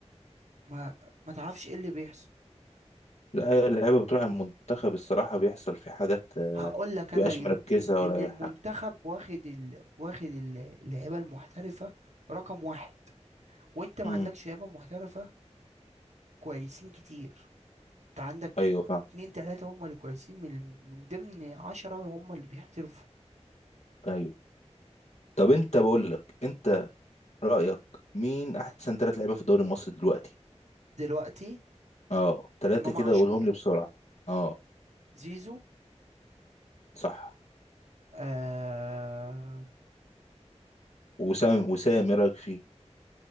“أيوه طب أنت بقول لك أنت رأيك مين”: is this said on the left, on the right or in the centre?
Left